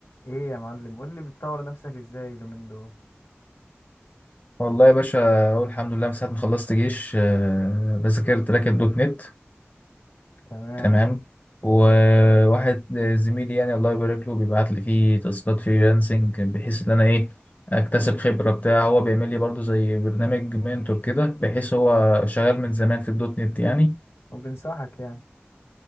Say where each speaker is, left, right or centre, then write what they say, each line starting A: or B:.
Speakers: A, on the left; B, on the left.
A: ايه يا معلم قول لي بتطور نفسك ازاي اليومين دول
B: والله يا باشا اقول الحمد لله من ساعه ما خلصت جيش آه، بذاكرت لك الدوت نت
A: تمام
B: تمام
A: حلو.
B: وواحد زميلي يعني الله يبارك له بيبعت لي فيه تاسكات فريلانسنج بحيث ان انا ايه اكتسب خبره بتاع هو بيعمل لي برضو زي برنامج منتور كده بحيث هو شغال من زمان في الدوت نت يعني
A: وبنصحك يعني